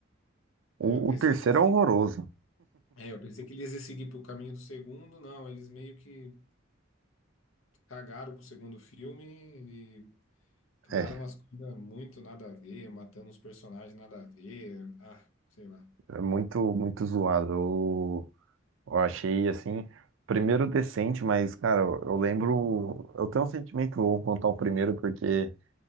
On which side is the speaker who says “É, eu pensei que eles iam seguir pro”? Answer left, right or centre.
Left